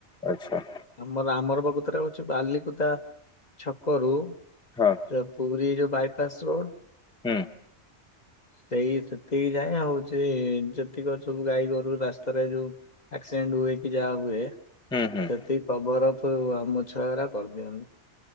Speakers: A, in the centre; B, on the left.
A: ଆଚ୍ଛା।
B: ଆମର ଆମର ପ୍ରକୃତରେ ହଉଚି ବାଲିକୁଦା ଛକରୁ
A: ହଁ
B: ତ ପୁରୀ ଯଉ ବାଇପାସ ରୋଡ଼- -
A: ହୁଁ
B: ସେଇ ସେତିକି ଯାଏ ହଉଚି ଯେତିକି ସବୁ ଗାଈ ଗୋରୁ ରାସ୍ତାରେ ଯୋଉ -- ଆକ୍ସିଡେଟ ହୁଏ କି ଯାହା ହୁଏ।
A: ହୁଁ ହୁଁ
B: ସେଇ କଭରପ ଆମ ଛୁଆ ଗା କରିଦିଅନ୍ତି।